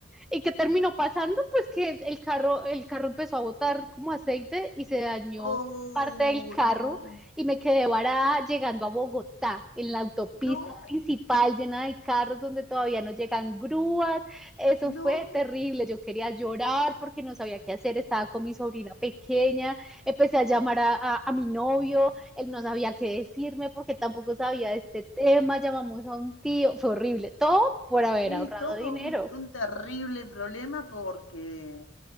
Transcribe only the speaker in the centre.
y qué terminó pasando, pues que el carro, el carro empezó a botar como aceite y se dañó
parte del carro
y me quedé varada llegando a Bogotá, en la autopista
principal llena de carros donde todavía no llegan grúas. Eso
fue terrible, yo quería llorar porque no sabía qué hacer, estaba con mi sobrina pequeña, empecé a llamar a, a, a mi novio, él no sabía qué decirme porque tampoco sabía de este tema, llamamos a un tío, fue horrible, todo por haber
ahorrado
dinero.